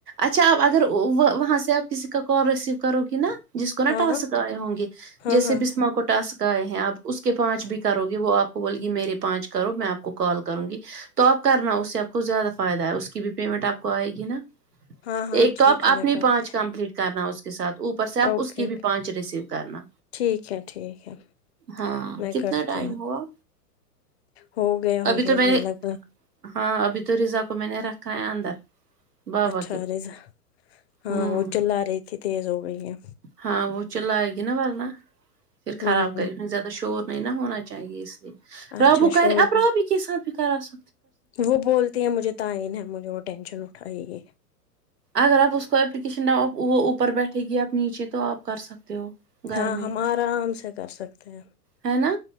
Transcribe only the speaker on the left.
ہاں
ہاں
ہاں
ہاں ہاں
ٹھیک
ہے
میں کرتی
ہوں۔
اوکے
ٹھیک ہے ٹھیک ہے
میں
کرتی
ہوں
ہو گئے ہوں
گے
مطلب
اچھا
رزا ہاں
وہ چل آ رہی تھی تیز ہو گئی ہے
ہمم
اچھا
شور بھی
وہ بولتی ہیں مجھے تعین ہے مجھے وہ ٹینشن اٹھائیے
ہاں
ہم
آرام سے کر سکتے ہیں